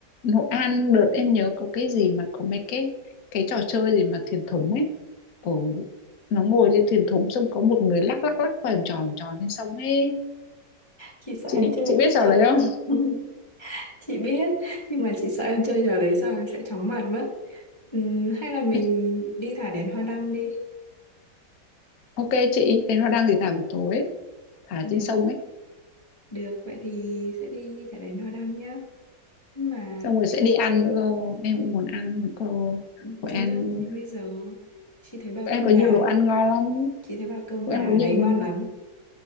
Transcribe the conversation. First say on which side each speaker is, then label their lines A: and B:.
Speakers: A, on the left (about 60°); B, on the left (about 15°).
A: Hội An đợt em nhớ có cái gì mà có mấy cái cái trò chơi gì mà thuyền thúng ấy ở nó ngồi trên thuyền thúng xong có một người lắc lắc lắc vòng tròn vòng tròn lên sông ấy
B: Chị sợ
A: chị
B: em chơi
A: chị biết trò
B: chết
A: đấy không
B: <laughs> Chị biết, nhưng mà chị sợ em chơi trò đấy xong em sẽ chóng mặt mất. Ừm, hay là mình
A: <laughs>
B: đi thả đèn hoa đăng đi.
A: ok chị thế nó đang thì thả buổi tối ấy, thả
B: Được,
A: trên sông ấy
B: được, vậy thì sẽ đi thả đèn hoa đăng nhá. Nhưng mà
A: xong rồi sẽ đi ăn nữa cơ em cũng muốn ăn nữa cơ
B: ừm,
A: Hội
B: chúng
A: An
B: ta làm gì bây giờ? Chị thấy bao
A: Hội
B: cơm
A: An có
B: gà,
A: nhiều đồ ăn ngon lắm
B: chị thấy bao cơm gà
A: Hội An có nhiều
B: đấy ngon
A: luôn
B: lắm.